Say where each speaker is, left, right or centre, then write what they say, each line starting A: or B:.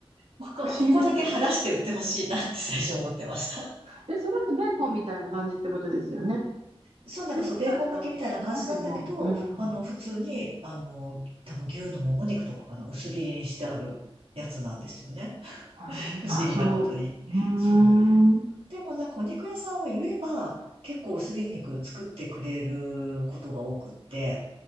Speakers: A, on the right; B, on the right.
A: ここ、
B: 不思議ですね。
A: ここだけ剥がして売ってほしいなって <laughs> 最初思ってました。
B: え、それってベーコンみたいな感じってことですよね。
A: そう、なんかそう、
B: ベーコンとは違うんですよね、
A: ベーコン巻きみたいな感じなんだけど、
B: でも。うん。
A: あの、普通に、あの、多分牛のもも肉とかかな、薄切りにしてあるやつなんですよね。<laughs>
B: あー謎。
A: 不思議なことに。
B: うーん。
A: そう。でもなんかお肉屋さんは言えば、結構薄切り肉作ってくれることが多くって、